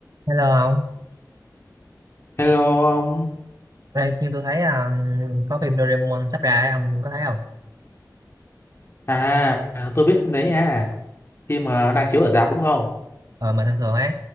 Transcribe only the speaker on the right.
Hello ông,
Ê, nhưng tôi thấy um, có phim Doraemon sắp ra ấy, ông có thấy không?
Ờ, mà thường thường ấy,